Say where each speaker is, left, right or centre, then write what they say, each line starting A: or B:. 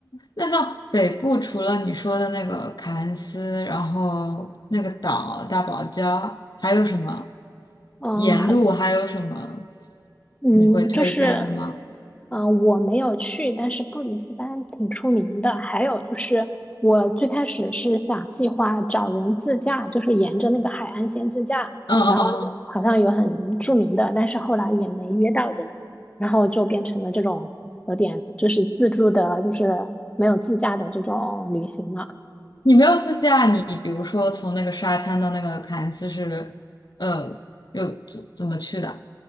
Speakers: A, on the left; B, on the left.
A: 那像北部除了你说的那个凯恩斯，然后那个岛大堡礁，还有什么
B: 嗯，
A: 沿路还有什么
B: 好像，嗯，
A: 你会推荐的吗？
B: 就是，嗯、我没有去，但是布里斯班挺出名的。还有就是，我最开始是想计划找人自驾，就是沿着那个海岸线自驾，
A: 嗯嗯嗯
B: 然后好像有很著名的，但是后来也没约到人，然后就变成了这种有点就是自助的，就是没有自驾的这种旅行了。
A: 你没有自驾，你比如说从那个沙滩到那个凯恩斯是，呃，又怎怎么去的？